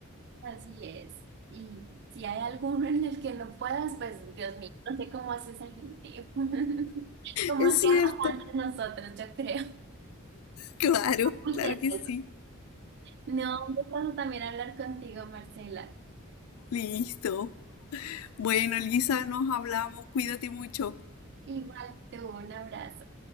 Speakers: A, on the right; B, on the left.
A: Así es. Y si hay alguno en el que no puedas, pues Dios mío, no sé cómo hace esa gente. <laughs> Como
B: Es
A: hacíamos
B: cierto,
A: antes nosotros, yo creo.
B: claro,
A: Muy
B: claro
A: tedioso.
B: que sí.
A: No, un gusto también hablar contigo, Marcela.
B: Listo. Bueno, Elisa, nos hablamos. Cuídate mucho.
A: Igual tú, un abrazo.